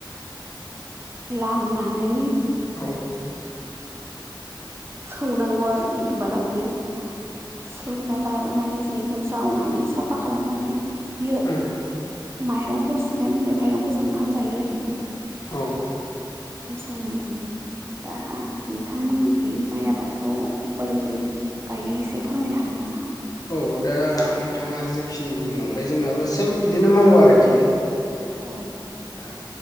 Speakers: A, on the right; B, on the left.
A: लामनानै
B: औ।
A: सौनांगौ आरोखि होनबाना बियो सौना लाबोनानै जों बेखौ जावनानै साफा खालामनानै बियो
B: औ
A: माइरं जासिगोन बे माइरंखौ जों ओंखाम जायो आरोखि।
B: औ।
A: ओंखाम संनानै जायो दा नोंथांमोननिखै माइ आबादखौ बोरै बोरै गायो एसे फोरमायनो हागोन नामा
B: औ दा नोंथाङा जेखिनि बुंलांबाय जोंनाबो सेम बिदिनो मावो आरोखि
A: औ
B: दा